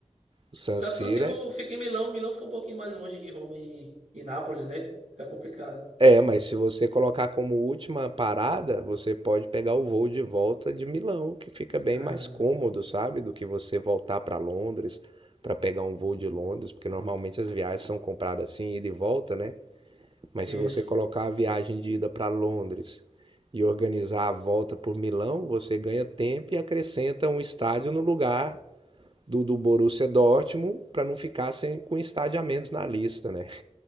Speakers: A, on the right (about 45°); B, on the right (about 75°).
A: O San
B: Só
A: Siro
B: que o San Siro
A: é
B: fica em Milão, Milão fica um pouquinho mais longe de Roma e, e Nápoles, né? Fica complicado.
A: É, mas se você colocar como última parada, você pode pegar o voo de volta de Milão, que fica bem
B: Ah,
A: mais cômodo, sabe? Do que você voltar para Londres para pegar um voo de Londres, porque normalmente as viagens são compradas assim, ida e volta, né? Mas
B: isso.
A: se você colocar a viagem de ida para Londres e organizar a volta por Milão, você ganha tempo e acrescenta um estádio no lugar do, do Borussia Dortmund para não ficar sem, com estádio a menos na lista, né?